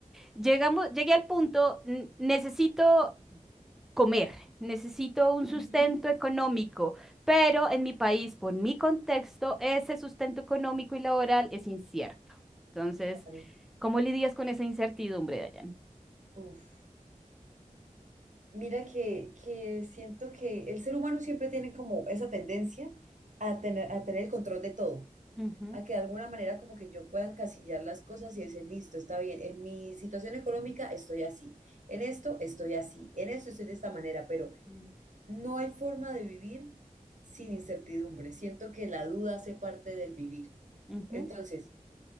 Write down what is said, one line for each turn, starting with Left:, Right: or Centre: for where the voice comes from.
Centre: llegamos, llegué al punto, n- necesito comer, necesito un sustento
Right: Ujú,
Centre: económico, pero en mi país, por mi contexto, ese sustento económico y laboral es incierto. Entonces,
Right: Claro.
Centre: ¿cómo lidias con esa incertidumbre, Dayan?
Right: Uf. Mira que, que siento que el ser humano siempre tiene como esa tendencia a tener, a tener el control de todo,
Centre: Ujú,
Right: a que de alguna manera como que yo pueda encasillar las cosas y decir, listo, está bien, en mi situación económica estoy así, en esto estoy así, en esto estoy de esta manera, pero
Centre: mm,
Right: no hay forma de vivir sin incertidumbre. Siento que la duda hace parte del vivir.
Centre: ujú,
Right: Entonces,